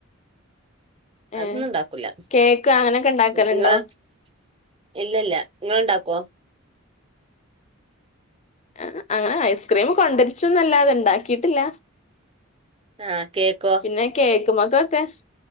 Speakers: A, on the right; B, on the left.
A: അതൊന്നും
B: ഏഹ്
A: ഇണ്ടാക്കൂല
B: കേക്ക് അങ്ങനൊക്കെ ഇണ്ടാക്കലുണ്ടോ
A: <unintelligible> ഇല്ലില്ല നിങ്ങളിണ്ടാക്കുവോ?
B: ആ അങ്ങനെ ഐസ്ക്രീം കൊണ്ടരിച്ചൊന്നുവല്ലാ അത് എണ്ടാക്കീട്ടില്ല
A: ആ കേക്കോ
B: പിന്നെ കേക്ക്മ സത്തെ